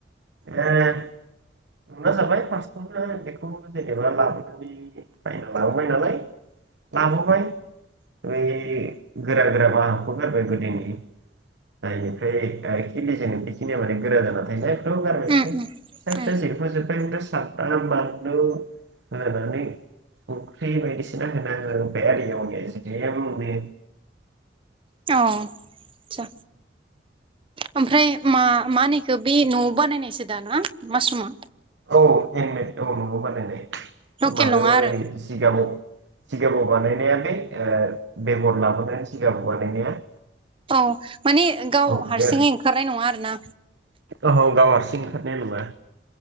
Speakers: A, on the right (about 70°); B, on the right (about 30°).
A: ए एवना जाबाय फासथा बेखौ जेनेबा एवना लाबोननि बायना लाबोबाय नालाय लाबोबाय बै गोरा गोरा बाहागखौ गोरबाय गोदोनि जायनिफ्राय खिलि ज बेखिनिया माने गोरा जाना थायो जायफ्राबो गारबाय
B: उम
A: ओमफ्राय
B: उम उम
A: फिसा
B: अ
A: फिसा जेर फोजोबबाय आंथ' सामब्राम बानलु होनानै संख्रि बायदिसिना होनाङो आरो एवनाय जिरायाबो मोनो
B: अ आतचा ओमफ्राय मा मा होनो एखो बे न'आव बानायनायसो दाना मासरुमा
A: औ हेन्दमेड औ न'आव बानायनाय
B: लकेल
A: माबायाव
B: नङा
A: ओइ
B: आरो
A: जिगाङाव सिगाबाव बानायनाया बे बेगहर लाबोनानै सिगाबाव बानायनाया
B: औ माने गाव
A: औ बियो
B: हारसिङै ओंखारनाय नङा आरो ना
A: औ गाव हारसिं ओंखारनाया नङा